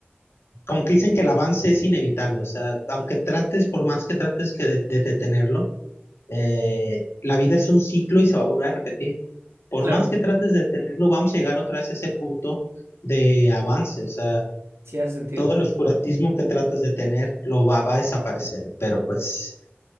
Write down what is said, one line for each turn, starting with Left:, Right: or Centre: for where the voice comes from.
Left: como que dicen que el avance es inevitable, o sea, aunque trates, por más que trates que de de detenerlo, eh, la vida es un ciclo y se va a volver a repetir. Por
Right: Claro,
Left: más que trates de detenerlo, vamos a llegar otra vez a ese punto de avance. O sea,
Right: sí hace sentido.
Left: todo el oscurantismo que tratas de tener lo va, va a desaparecer. Pero pues